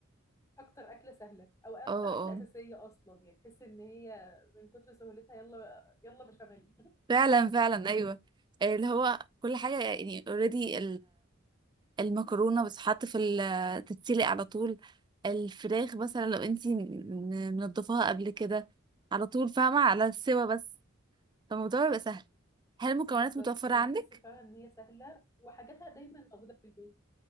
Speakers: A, on the left; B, on the right.
A: اكتر اكله سهله او اكتر
B: اه
A: اكله
B: اه
A: اساسيه اصلا يعني تحس ان هي من كتر سهولتها يلا يلا بشاميل
B: فعلا فعلا ايوه آه، اللي هو كل حاجه يعني اوريدي المكرونه بتتحط في ال- تتسلق على طول الفراخ مثلا لو انتي م- منضفاها قبل كده على طول فاهمه على السوا بس فالموضوع بيبقى سهل
A: <laughs>
B: هل المكونات
A: بالظبط
B: متوفره
A: انا
B: عندك
A: بحس فعلا ان هي سهله وحاجاتها دايما موجوده في البيت